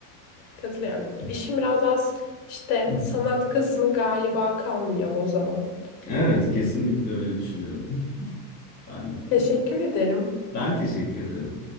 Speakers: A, on the left; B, on the left.
A: Katılıyorum. İşim biraz az işte
B: <laughs>
A: sanat kısmı galiba kalmıyor o zaman.
B: Evet, kesinlikle öyle düşünüyorum. <laughs> Ben de.
A: Teşekkür ederim.
B: Ben teşekkür ederim.